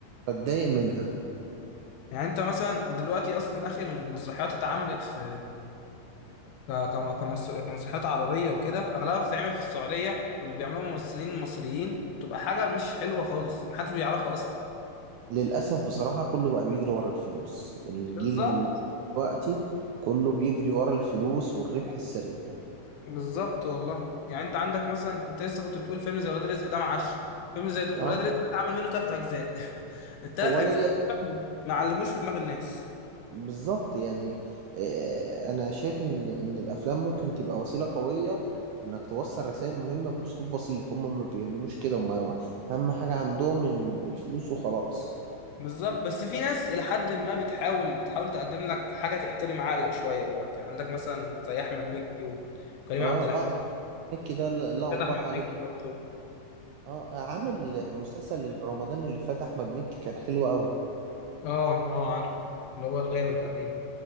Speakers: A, on the right; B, on the left.
A: بتضايق منها
B: يعني أنت مثلا دلوقتي أصلا آخر مسرحيات اتعملت في ك- كم- كمس- كمسرحيات عربية وكده أغلبها بتتعمل في السعودية واللي بيعملوها ممثلين مصريين بتبقى حاجة مش حلوة خالص محدش بيعرفها أصلا
A: للاسف بصراحه كله بقى بيجري ورا الفلوس الجيل
B: بالظبط
A: دلوقتي كله بيجري ورا الفلوس والربح السريع
B: بالظبط والله يعني انت عندك مثلا انت لسه كنت بتقول فيلم زي ولاد رزق ده معاش فيلم زي دول- ولاد
A: اه
B: رزق ده اتعمل منه ثلاث اجزاء <laughs> الثلاث
A: ولا
B: اجزاء
A: ليه
B: تقريباً ما علموش في دماغ الناس
A: بالظبط يعني آه، انا شايف ان ان الافلام ممكن تبقى وسيله قويه انك توصل رسائل مهمه باسلوب بسيط هم ما بيعملوش كده هم اهم حاجه عندهم ان الفلوس وخلاص
B: بالظبط بس في ناس الى حد ما بتحاول بتحاول تقدم لك حاجه تحترم عقلك شويه دلوقتي عندك مثلا زي احمد مكي وكريم
A: اه
B: عبد العزيز
A: اه مكي ده لا لا غبار
B: لا، ده احمد
A: عليه
B: مكي برضه
A: اه عامل مسلسل رمضان اللي فات احمد مكي كان حلو قوي
B: اه اه عارف اللي هو الغاوي تقريبا